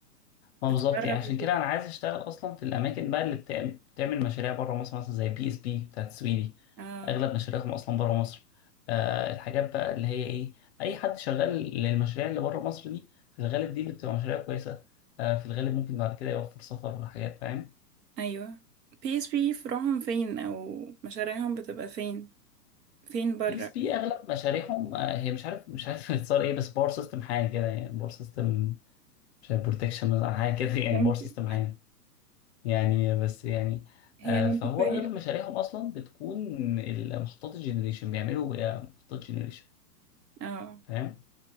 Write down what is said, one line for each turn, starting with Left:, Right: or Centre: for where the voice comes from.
Right: تتقرب
Left: ما بالظبط يعني عشان كده انا عايز اشتغل اصلا في الاماكن بقى اللي بتع- بتعمل مشاريع بره مصر مثلا زي بي اس بي بتاعت السويدي
Right: اه
Left: اغلب مشاريعهم اصلا بره مصر آه الحاجات بقى اللي هي ايه اي حد شغال للمشاريع اللي بره مصر دي في الغالب دي اللي بتبقى مشاريع كويسه آه في الغالب ممكن بعد كده يوفر سفر وحاجات فاهم
Right: ايوه بي اس بي فروعهم فين او مشاريعهم بتبقى فين فين بره
Left: بي اس بي اغلب مشاريعهم آه هي مش عارف مش عارف <laughs> اتصار ايه بس باور سيستم حاجه كده يعني باور سيستم مش عارف بروتكشن مثلا حاجه كده يعني
Right: ممكن
Left: باور سيستم حاجه يعني بس يعني
Right: هي
Left: آه،
Right: منطقية
Left: فهو اغلب مشاريعهم اصلا بتكون المحطات الجنريشن بيعملوا بقى محطات جنريشن
Right: اه
Left: فاهم